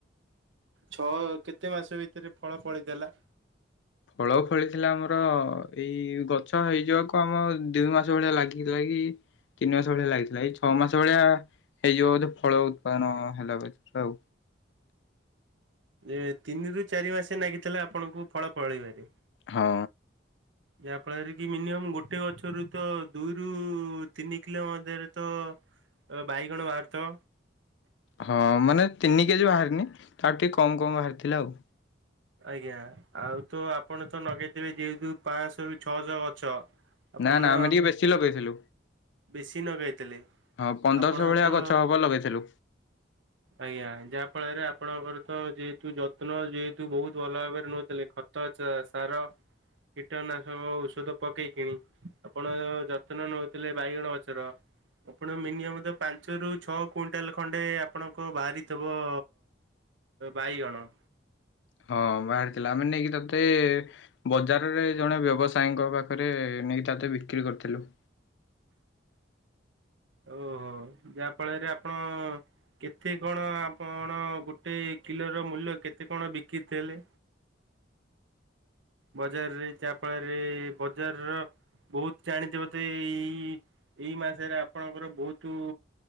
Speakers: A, on the right; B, on the left.
A: ଛଅ କେତେ ମାସ ଭିତରେ ଫଳ ଫଳିଥିଲା।
B: ଫଳ ଫଳିଥିଲା ଆମର ଏଇ ଗଛ ହେଇଯିବାକୁ ଆମ ଦିଇ ମାସ ଭଳିଆ ଲାଗିଥିଲା କି <unintelligible> ତିନି ମାସ ଭଳିଆ ଲାଗିଥିଲା ଏଇ ଛଅ ମାସ ଭଳିଆ ହେଇଯିବ ବୋଧେ ଫଳ ଉତ୍ପାଦନ ହେଲା ବ ଆଉ।
A: ଏ ତିନି ରୁ ଚାରି ମାସେ ଲାଗିଥିଲା ଆପଣଙ୍କୁ ଫଳ ଫଳେଇବାରେ।
B: ହଁ।
A: ଯାହା ଫଳରେ କି ମିନିୟମ ଗୋଟେ ଗଛରୁ ତ ଦୁଇରୁ ତିନି କିଲୋ ମଧ୍ୟରେ ତ ବାଇଗଣ ବାହାରୁଥବ।
B: ହଁ ମାନେ ତିନି କେଜି ବାହାରିିନି ତାଠୁ ଟିକେ କମ କମ ବାହାରିଥିଲା ଆଉ।
A: ଆଜ୍ଞା ଆଉ ତ ଆପଣ ତ ଲଗେଇଥିବେ ଯେହେତୁ ପାଞ୍ଚଶହରୁ ଛଅଶହ ଗଛ ଆପଣ
B: ନା ନା ଆମେ ଟିକେ ବେଶୀ ଲଗେଇଥିଲୁ
A: ବେଶୀ ନଗାଇଥିଲେ
B: ହଁ ପନ୍ଦରଶହ
A: ଆପଣ
B: ଭଳିଆ
A: ତ
B: ଗଛ ହବ ଲଗେଇଥିଲୁ
A: ଆଜ୍ଞା ଯାହା ଫଳରେ ଆପଣଙ୍କର ତ ଯେହେତୁ ଯତ୍ନ ଯେହେତୁ ବହୁତ ଭଲ ଭାବରେ ନଉଥିଲେ ଖତ ସାର କୀଟନାଶକ ଔଷଧ ପକେଇ କିଣି ଆପଣ ଯତ୍ନ ନେଉଥିଲେ ବାଇଗଣ ଗଛର ଆପଣ ମିନିଅମ ତ ପାଞ୍ଚରୁ ଛଅ କୁଇଣ୍ଟାଲ ଖଣ୍ଡେ ଆପଣଙ୍କ ବାହାରିିଥିବ ବାଇଗଣ
B: ହଁ ବାହାରିଥିଲା ଆମେ ନେଇକି ତତେ ବଜାରରେ ଜଣେ ବ୍ୟବସାୟୀଙ୍କ ପାଖରେ ନେଇକି ତାତେ ବିକ୍ରି କରିଥିଲୁ।
A: ଓହୋ ଯାହା ଫଳରେ ଆପଣ କେତେ କଣ ଆପଣ ଗୋଟେ କିଲୋର ମୂଲ୍ୟ କେତେ କଣ ବିକିଥିଲେ। ବଜାରରେ ଯାହାଫଳରେ ବଜାରର ବହୁତ ଜାଣିଥବତ ଏଇ ଏଇ ମାସରେ ଆପଣଙ୍କର ବହୁତ